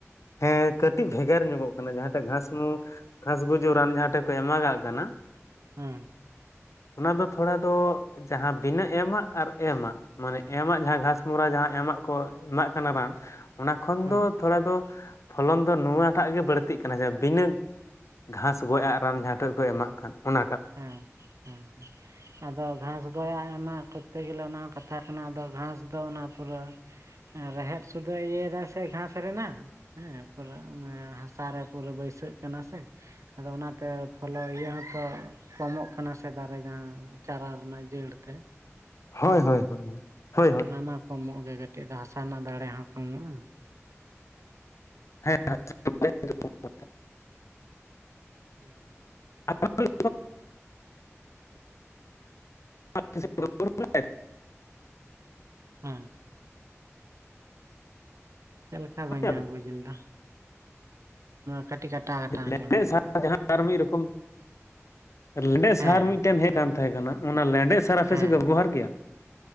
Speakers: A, on the left; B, on the right.
A: ᱦᱮᱸ ᱠᱟᱹᱴᱤᱡ ᱵᱷᱮᱜᱟᱨ ᱧᱚᱜᱚᱜ ᱠᱟᱱᱟ ᱡᱟᱦᱟᱸᱴᱟᱜ ᱜᱷᱟᱥᱢᱳ ᱜᱷᱟᱥ ᱜᱩᱡᱩᱜ ᱨᱟᱱ ᱡᱟᱦᱟᱸ ᱴᱷᱮ ᱠᱚ ᱮᱢᱟᱜᱟᱜ ᱠᱟᱱᱟ
B: ᱦᱮᱸᱻ
A: ᱚᱱᱟ ᱫᱚ ᱛᱷᱚᱲᱟ ᱫᱚ ᱡᱟᱦᱟᱸ ᱵᱤᱱᱟᱹ ᱮᱢᱟᱜ ᱟᱨ ᱮᱢᱟᱜ ᱢᱟᱱᱮ ᱮᱢᱟᱜ ᱡᱟᱦᱟᱸ ᱜᱷᱟᱥᱢᱚᱨᱟ ᱡᱟᱦᱟᱸ ᱮᱢᱟᱜ ᱠᱚ ᱮᱢᱟᱜ ᱠᱟᱱᱟ ᱨᱟᱱ ᱚᱱᱟ ᱠᱷᱚᱱ
B: ᱦᱮᱸ
A: ᱫᱚ ᱛᱷᱚᱲᱟ ᱫᱚ ᱯᱷᱚᱞᱚᱱ ᱫᱚ ᱱᱚᱣᱟ ᱴᱟᱜ ᱜᱮ ᱵᱟᱹᱲᱛᱤᱜ ᱠᱟᱱᱟ ᱡᱮ ᱵᱤᱱᱟᱹ ᱜᱷᱟᱸᱥ ᱜᱚᱡᱟᱜ ᱨᱟᱱ ᱡᱟᱦᱟᱸ ᱴᱷᱮᱱ ᱠᱚ ᱮᱢᱟᱜ ᱠᱟᱱ ᱚᱱᱟᱴᱟᱜ
B: ᱦᱮᱸ ᱦᱮᱸ ᱦᱮᱸ ᱟᱫᱚ ᱜᱷᱟᱥ ᱜᱚᱡᱟᱜ ᱮᱢᱟᱜ ᱠᱚᱨᱛᱮ ᱜᱮᱞᱮ ᱚᱱᱟ ᱠᱟᱛᱷᱟ ᱠᱟᱱᱟ ᱟᱫᱚ ᱜᱷᱟᱥ ᱫᱚ ᱚᱱᱟ ᱯᱩᱨᱟᱹ ᱨᱮᱦᱮᱫ ᱥᱩᱫᱷᱟᱹ ᱤᱭᱟᱹᱭᱮᱫᱟᱭ ᱥᱮ ᱜᱷᱟᱥ ᱨᱮᱱᱟᱜ ᱦᱮᱸ ᱯᱩᱨᱟᱹ ᱦᱟᱥᱟ ᱨᱮ ᱯᱩᱨᱟᱹ ᱵᱟᱹᱭᱥᱟᱹᱜ ᱠᱟᱱᱟ ᱥᱮ ᱟᱫᱚ ᱚᱱᱟᱛᱮ ᱯᱷᱚᱞᱳ ᱤᱭᱟᱹ ᱦᱚᱸᱛᱚ ᱠᱚᱢᱚᱜ ᱠᱟᱱᱟ ᱥᱮ ᱫᱟᱨᱮ ᱡᱟᱦᱟᱸ ᱪᱟᱨᱟ ᱨᱮᱱᱟᱜ ᱡᱟᱹᱲ ᱛᱮ
A: ᱦᱳᱭ
B: ᱦᱮᱸᱥᱮ
A: ᱦᱳᱭ ᱦᱳᱭ ᱦᱳᱭᱼᱦᱳᱭ᱾
B: ᱚᱱᱟ ᱢᱟ ᱠᱚᱢᱚᱜ ᱜᱮ ᱠᱟᱹᱴᱤᱡ ᱫᱚ ᱦᱟᱥᱟ ᱨᱮᱱᱟᱜ ᱫᱟᱲᱮ ᱦᱚᱸ ᱠᱚᱢᱚᱜᱼᱟ ᱦᱮᱸ
A: ᱦᱮᱸ <unintelligible>
B: ᱦᱩᱸ ᱦᱩᱸ
A: <unintelligible> ᱟᱸᱡᱚᱢᱮᱜᱼᱟ
B: ᱦᱮᱸ ᱪᱮᱫ ᱞᱮᱠᱟ ᱵᱟᱹᱧ
A: ᱵᱮᱱ
B: ᱵᱩᱡᱽ ᱞᱮᱫᱟ ᱠᱟᱹᱴᱤᱡ ᱠᱟᱴᱟ ᱠᱟᱴᱟ ᱟᱸᱡᱚᱢ
A: ᱞᱮᱸᱰᱮᱫ
B: ᱮᱱᱟ
A: ᱥᱟᱨ ᱡᱟᱦᱟᱸ ᱢᱤᱫ ᱨᱚᱠᱚᱢ ᱞᱮᱸᱰᱮᱫ
B: ᱦᱮᱸ
A: ᱥᱟᱨ
B: ᱦᱮᱸ
A: ᱢᱤᱫᱴᱮᱱ ᱦᱮᱡ ᱠᱟᱱ ᱛᱟᱦᱮᱸ ᱠᱟᱱᱟ ᱚᱱᱟ ᱞᱮᱸᱰᱮᱛ ᱥᱟᱨ ᱟᱯᱮ
B: ᱦᱮᱸ
A: ᱥᱮᱫ ᱠᱚ ᱵᱮᱵᱚᱦᱟᱨ ᱜᱮᱭᱟ?